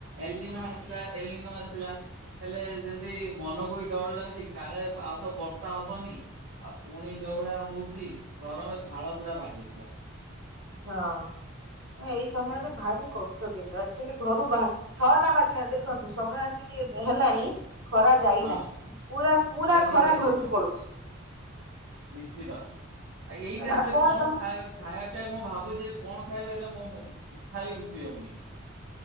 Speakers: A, on the right; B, on the right.
A: ଏଲିନ ଆସିଲା ଏଲିନ ଆସିଲା। ହେଲେ ଯଦି ମନକୁ ବି ଡର ଲାଗୁଛି କାଳେ ଆଉ ତ ବର୍ଷା ହବନି। ଆଉ ପୁଣି ଯୋଉଭଳିଆ ହଉଛି ଗରମରେ ଝାଳ ପୁରା ବାହାରି ଯାଉଚି ପୁରା।
B: ହଁ ଏଇ ସମୟରେ ଭାରି କଷ୍ଟ କିନ୍ତୁ ଆଚୁଆଲି ଘରୁ ବାହାର ଛଅଟା ବାଜିଲାଣି ଦେଖନ୍ତୁ ସମୟ ଆସିକି ଏତେ ହେଲାଣି ଖରା ଯାଇନାହିଁ
A: ହଁ।
B: ପୁରା ପୁରା
A: ବି
B: ଖରା
A: ଯାଇନି
B: ଘରକୁ
A: ପୁରା
B: ପଡୁଛି।
A: ନିଶ୍ଚିତ ଆଉ ଏଇ
B: ହେଲା
A: ଟାଇମ
B: ଆଉ
A: ରେ କଣ
B: ତମ
A: ଖାଏ ଖାଇବା ପାଇଁ ମୁଁ ଭାବୁଛି ଯେ କଣ ଖାଇବେ ହେଲେ ମୋ ଇଚ୍ଛା ବି କିଛି ବି ହଉନି।